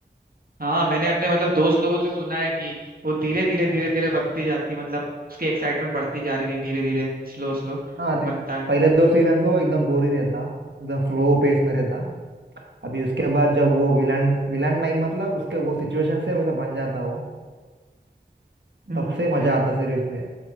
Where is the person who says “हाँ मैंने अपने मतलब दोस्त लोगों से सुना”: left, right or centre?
Right